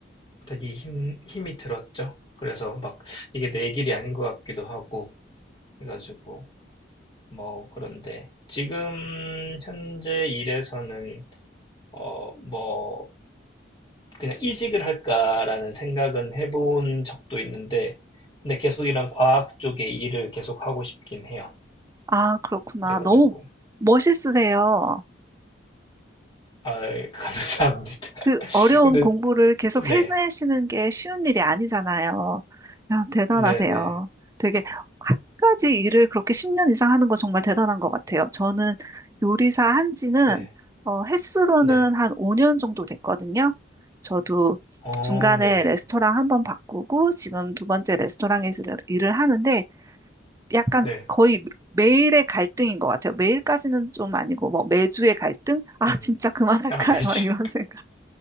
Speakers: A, on the left; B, on the right.
A: 되게 힘, 힘이 들었죠. 그래서 막 이게 내 길이 아닌 것 같기도 하고 해가지고 뭐 그런데 지금 현재 일에서는 어, 뭐 그냥 이직을 할까라는 생각은 해본 적도 있는데, 근데 계속 이런 과학 쪽의 일을 계속 하고 싶긴 해요.
B: 아, 그렇구나.
A: 그래가지고,
B: 너무 멋있으세요.
A: 아, 감사합니다.
B: 그 어려운
A: <laughs> 근데,
B: 공부를 계속
A: 네,
B: 해내시는 게 쉬운 일이 아니잖아요. 야, 대단하세요.
A: 네네,
B: 되게 한 가지 일을 그렇게 10년 이상 하는 거 정말 대단한 것 같아요. 저는 요리사 한 지는
A: 네,
B: 어, 횟수로는
A: 네,
B: 한 5년 정도 됐거든요. 저도
A: 어,
B: 중간에
A: 네네,
B: 레스토랑 한 번 바꾸고 지금 두 번째 레스토랑에서 일을 하는데 약간
A: 네,
B: 거의 매일의 갈등인 것 같아요. 매일까지는 좀 아니고 뭐 매주의 갈등? 아,
A: 음,
B: 진짜 그만할까요?
A: 아, 매주.
B: <laughs> 이런 생각.